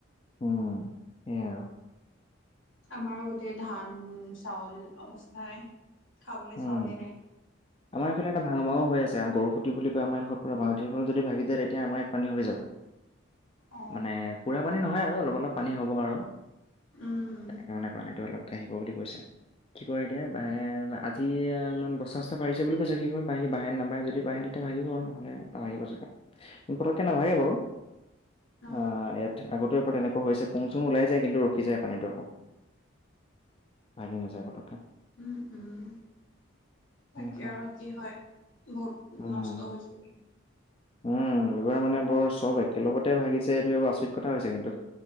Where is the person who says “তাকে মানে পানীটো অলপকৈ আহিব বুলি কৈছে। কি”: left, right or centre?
Left